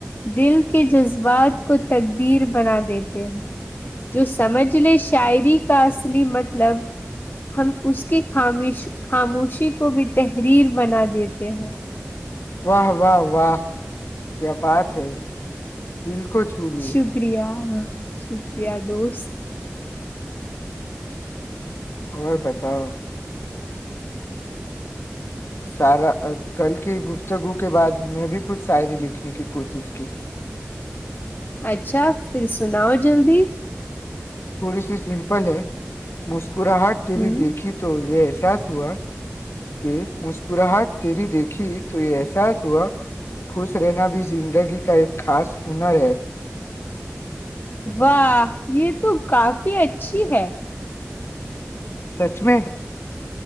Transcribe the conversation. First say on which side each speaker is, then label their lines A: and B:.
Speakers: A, on the left (about 45°); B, on the left (about 65°).
A: دل کے جذبات کو تقدیر بنا دیتے ہیں جو سمجھ لے شاعری کا اصلی مطلب ہم اس کی خامش خاموشی کو بھی تحریر بنا دیتے کہ ہ <unintelligible>
B: واہ واہ واہ <unintelligible> کیا بات ہے دل کو <unintelligible> لی
A: شکریہ <unintelligible> شدیہ دوست <unintelligible>
B: اور بتاؤ <unintelligible> سارا <unintelligible> کل کی گفتگو کے بعد میں بھی کچھ <inaudible> شاعری لکھنے کی کوشش کی <inaudible>
A: اچھا پھر سناؤ جلدی <unintelligible>
B: تھوڑی سی سمپل ہے مش <unintelligible> کراہٹ تیری
A: ہوں
B: دیکھی تو یہس <unintelligible> احساس ہوا کہ مسکراہٹ تیری دیکھی تو یہ احساس ہوا خوش رہنا بھی زندگی کا ایک خاص ہنر ہے <unintelligible>
A: واہ یہ تو کافی اچھی ہے <unintelligible>
B: سچ میں <inaudible>